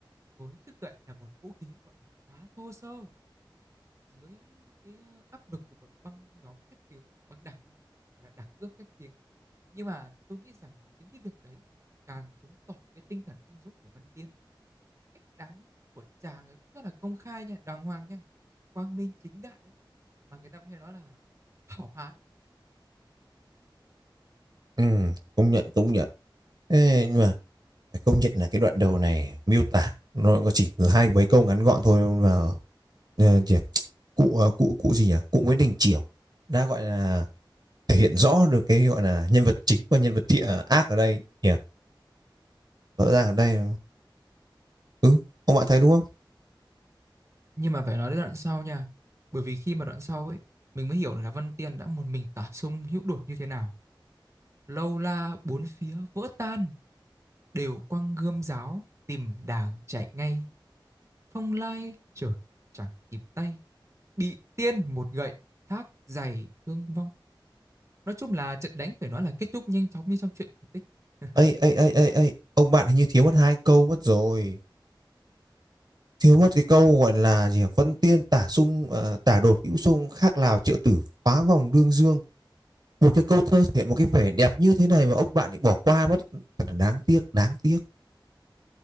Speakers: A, on the right (about 35°); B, on the right (about 55°).
A: với chiếc gậy là một vũ khí gọi là quá thô sơ dưới cái ờ, áp lực của một băng nhóm khét tiếng, băng đảng, và gọi là đảng cướp khét tiếng. Nhưng mà tôi nghĩ rằng là chính cái việc đấy càng chứng tỏ cái tinh thần anh dũng của Văn Tiên. Cái cách đáng của chàng ấy cũng rất là công khai nha, đàng hoàng nha, quang minh chính đại ấy. Mà người ta vẫn hay nói là hảo hán.
B: ừ, công nhận công nhận Ê, nhưng mà phải công nhận là cái đoạn đầu này miêu tả nó có chỉ có hai mấy câu ngắn gọn thôi mà ờ, chỉ- cụ ờ, cụ cụ gì nhỉ cụ Nguyễn Đình Chiểu đã gọi là thể hiện rõ được cái gọi là nhân vật chính và nhân vật thiện ờ, ác ở đây nhỉ rõ ràng ở đây ừ ông bạn thấy đúng không
A: Nhưng mà phải nói đến đoạn sau nha, bởi vì khi mà đoạn sau ấy, mình mới hiểu là Văn Tiên đã một mình tả sung hữu đột như thế nào lâu la bốn phía vỡ tan đều quăng gươm giáo tìm đàng chạy ngay phong lai chợt chẳng kịp tay bị tiên một gậy thác dày thương vong nói chung là trận đánh phải nói là kết thúc nhanh chóng như trong truyện cổ tích <laughs>
B: ấy ấy ấy ấy ấy ông bạn hình như thiếu mất hai câu mất rồi thiếu mất cái câu gọi là gì nhỉ? Vân Tiên tả sung ờ, tả đột hữu sung khác Lào triệu tử phá vòng đương dương Một cái câu thơ thể một cái vẻ đẹp như thế này mà ông bạn lại bỏ qua mất, thật là đáng tiếc, đáng tiếc.